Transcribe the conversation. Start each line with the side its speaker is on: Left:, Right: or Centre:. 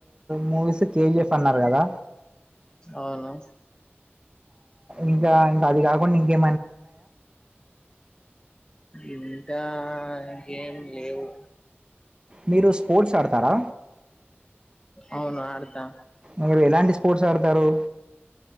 Right: మూవీస్ కేజిఎఫ్ అన్నారు కదా
Left: అవును
Right: ఇంకా ఇంకా అది కా కే
Left: ఏకా ఆ ఏం లేవు
Right: మీరు స్పోర్ట్స్ ఆడతారా
Left: అవును ఆడతా
Right: మీరు ఎలాంటి స్పోర్ట్స్ ఆడతారు